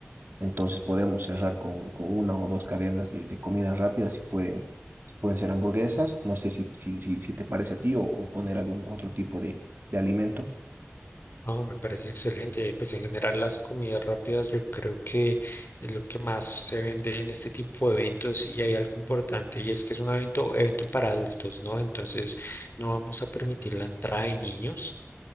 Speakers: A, on the right; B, on the left.
A: Entonces podemos cerrar con, con una o dos cadenas de, de comida rápida si pueden, si pueden ser hamburguesas. No sé si, si, si, si te parece a ti o, o poner algún otro tipo de, de alimento.
B: Oh, me parece excelente. Pues en general las comidas rápidas yo creo que es lo que más se vende en este tipo de eventos y hay algo importante y es que es un evento, evento para adultos, ¿no? Entonces no vamos a permitir la entrada de niños.